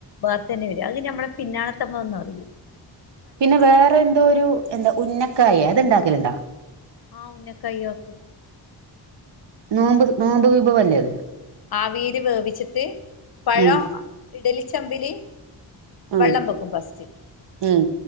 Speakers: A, on the left; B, on the right.
A: ബേറെ തന്നെ വരും അത് ഞമ്മളെ പിന്നാണ <unintelligible> അറിയൂ.
B: പിന്നെ വേറെ എന്തോ ഒരു എന്താ ഉന്നക്കായി അത്ണ്ടാക്കലണ്ടാ
A: ആ ഉന്നക്കായി ആക്കും
B: നോമ്പ് നോമ്പ് വിഭവല്ലേ അത്.
A: ആവിയിൽ വേവിച്ചിട്ട് പഴം
B: ഉം
A: ഇഡലിച്ചമ്പിൽ
B: ഉം
A: വെള്ളം വെക്കും ഫസ്റ്റ്
B: ഉം